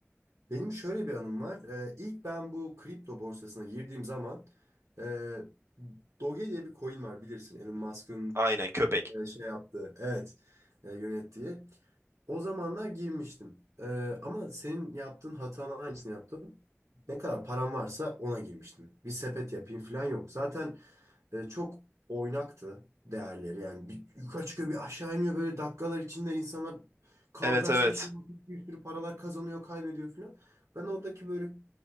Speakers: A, on the right; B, on the right.
A: Benim şöyle bir anım var. Ee, ilk ben bu kripto borsasına girdiğim zaman e, Doge diye bir coin var bilirsin. Elon Musk'ın
B: Aynen köpek.
A: e, şey yaptığı. Evet. e, yönettiği. O zamanlar girmiştim. Ee, ama senin yaptığın hatanın aynısını yaptım. Ne kadar param varsa ona girmiştim. Bir sepet yapayım falan yok. Zaten e, çok oynaktı değerleri. Yani bir yukarı çıkıyor bir aşağı iniyor böyle dakikalar içinde insanlar kaldıraçlı
B: Evet evet.
A: işlem yapıp bir sürü paralar kazanıyor kaybediyor falan. Ben oradaki böyle